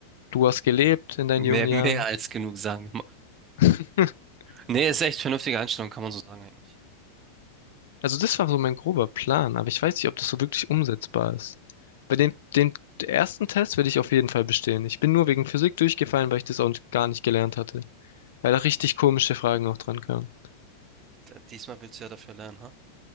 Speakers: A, on the left (about 55°); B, on the right (about 25°).
A: Du hast gelebt in deinen
B: mehr,
A: jungen Jahren.
B: mehr als genug, sagen wir mal.
A: <laughs>
B: Nee, ist echt vernünftige Einstellung, kann man so sagen eigentlich.
A: Also das war so mein grober Plan, aber ich weiß nicht, ob das so wirklich umsetzbar ist. Bei dem, dem ersten Test werde ich auf jeden Fall bestehen. Ich bin nur wegen Physik durchgefallen, weil ich das auch nicht- gar nicht gelernt hatte. Weil da richtig komische Fragen auch dran kamen.
B: D- Diesmal willst du ja dafür lernen, ha?